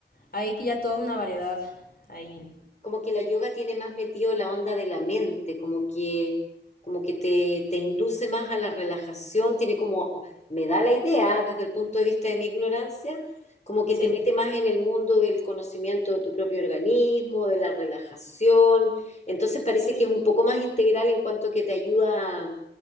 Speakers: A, on the left (about 55°); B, on the left (about 40°).
A: Hay que ya toda una variedad ahí.
B: como que la yoga tiene más metido la onda de la mente, como que, como que te, te induce más a la relajación, tiene como, me da la idea desde el punto de vista de mi ignorancia, como que
A: Sí.
B: te mete más en el mundo del conocimiento de tu propio organismo, de la relajación, entonces parece
A: Sí.
B: que es un poco más integral en cuanto que te ayuda